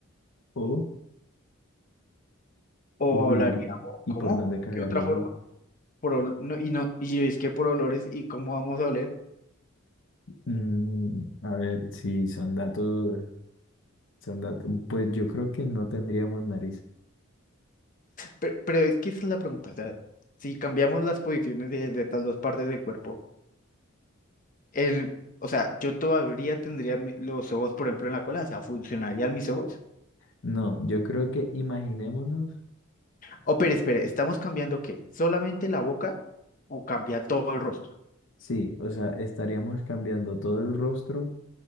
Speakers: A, on the left; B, on the left.
A: o,
B: ¿O
A: uy,
B: hablaríamos,
A: ¿y
B: cómo?
A: por dónde cagaríamos?
B: ¿Qué otra forma? Por ol- no, y no, y es que por olores y cómo vamos a oler.
A: Mm, a ver, si son datos, son datos, pues yo creo que no tendríamos nariz.
B: Pero, pero es que esa es la pregunta, o sea, si cambiamos las posiciones de, de estas dos partes del cuerpo. El, o sea, yo todavía tendría mi- los ojos, por ejemplo, en la cola, o sea, ¿funcionarían mis ojos?
A: No, yo creo que imaginémonos,
B: Oh, pero espere, ¿estamos cambiando qué? ¿Solamente la boca o cambia todo el rostro?
A: sí, o sea, estaríamos cambiando todo el rostro,